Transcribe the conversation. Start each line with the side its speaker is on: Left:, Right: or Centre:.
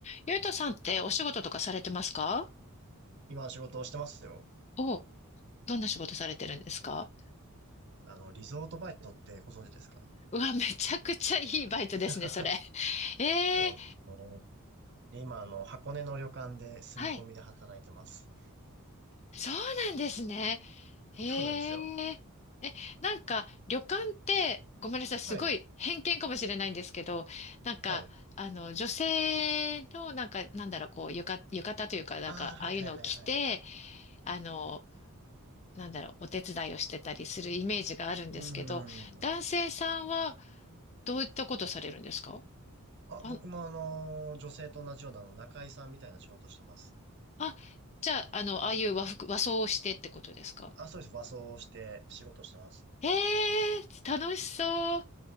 Left: ゆうとさんってお仕事とかされてますか
Right: 今仕事をしてますよ。
Left: お、どんな仕事されてるんですか
Right: あの、リゾートバイトってご存知ですか
Left: うわ、めちゃくちゃいいバイトですね、
Right: <laughs>
Left: それ。<laughs> ええ
Right: そうですね。今、あの、箱根の旅館で住み込みで働いてます。
Left: はい。そうなんですね。え
Right: そうなんですよ。
Left: ええ、なんか、旅館って、ごめんなさい、すごい偏見かもしれないんですけど、
Right: はい。
Left: なんか、
Right: はい。
Left: あの、女性の、なんか、なんだろう、こう、浴衣、浴衣というか、なんか、
Right: ああ、はいはいはいはい。
Left: ああいうのを着て、あの、なんだろう、お手伝いをしてたりするイメージがあるんですけど、
Right: うーん。
Left: 男性さんは、どういったことされるんですか
Right: あ、
Left: あ、
Right: 僕もあの、女性と同じようなあの中居さんみたいな仕事してます。
Left: あ、じゃあ、あの、ああいう和服、和装をしてってことですか
Right: あ、そうです。和装して仕事してます。
Left: ええー楽しそう。